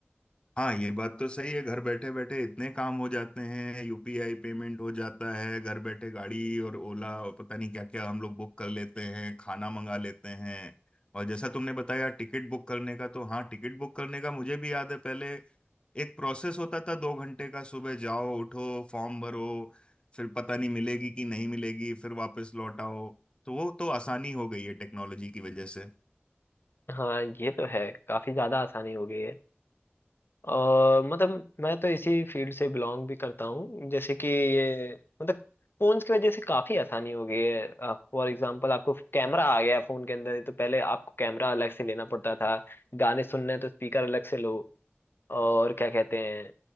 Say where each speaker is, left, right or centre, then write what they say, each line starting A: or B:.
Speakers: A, on the left; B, on the left.
A: हाँ ये बात तो सही है घर बैठे बैठे इतने काम हो जाते हैं यूपीआई पेमेंट हो जाता है घर बैठे गाड़ी और ओला और पता नहीं क्या क्या हम लोग बुक कर लेते हैं खाना मंगा लेते हैं और जैसा तुमने बताया टिकट बुक करने का तो हाँ टिकट बुक करने का मुझे भी याद है पहले एक प्रोसेस होता था दो घंटे का सुबह जाओ उठो फॉर्म भरो फिर पता नहीं मिलेगी कि नहीं मिलेगी फिर वापस लौट आओ तो वो तो आसानी हो गई है टेक्नोलॉजी की वजह से
B: हाँ ये तो है काफी ज्यादा आसानी हो गई है और मतलब मैं तो इसी फील्ड से बिलोंग भी करता हूँ जैसे कि ये मतलब फोन्स की वजह से काफी आसानी हो गई है फॉर एग्जांपल आपको कैमरा आ गया है फोन के अंदर तो पहले आपको कैमरा अलग से लेना पड़ता था गाने सुनने हैं तो स्पीकर अलग से लो और क्या कहते हैं